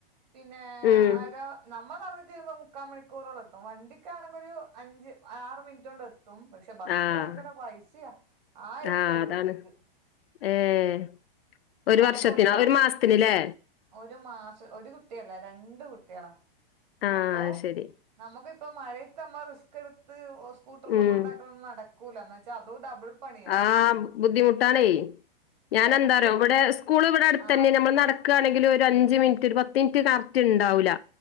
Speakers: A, on the right; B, on the left.
A: പിന്നേ
B: ഉം
A: അര നമ്മ നടന്ന് തീരുമ്പോ മുക്കാ മണിക്കൂറോളം എത്തും. വണ്ടിക്കാണെങ്കി ഒരു അഞ്ച് ആറ് മിനിറ്റ് കൊണ്ടെ ത്തും പക്ഷെ ബസ്സിന്
B: ആഹ്
A: ഭയങ്കര പൈസയാ ആയിരം ഉർപ്യ
B: ആഹ്
A: ഒരു
B: അതാണ്
A: കുട്ടിക്ക്.
B: ഏഹ്
A: പക്ഷെ
B: ഒരു വർഷത്തിന്
A: അങ്ങനെ ഓടിപ്പോങ്ങ
B: ഒരു മാസത്തിനില്ലേ?
A: ഒരു മാസ് ഒരു കുട്ടിയല്ല രണ്ട് കുട്ടികളാ.
B: ആഹ്
A: അപ്പൊ
B: അത് ശരി
A: നമുക്കിപ്പ മഴയത്തമ്മ റിസ്ക്ക് എടുത്ത് സ്കൂട്ടറുമ്മ
B: ഉം
A: കൊണ്ടാ ക്കലൊന്നും നടക്കൂല എന്ന് വെച്ചാ അതു ഡബിൾ പണിയാവും
B: ആഹ് ബുദ്ധിമുട്ടാണേ ഞാനെന്താറിയോ
A: അല്ല എനക്ക്
B: ഇവിടെ സ്കൂൾ ഇവിടെ അടുത്ത്
A: ആ
B: തന്നെ നമ്മള് നട ക്കാണെങ്കില് ഒരഞ്ച് മിനിറ്റ് ഒരു പത്ത് മിനിറ്റ് കറക്റ്റ് എണ്ടാവൂല്ല.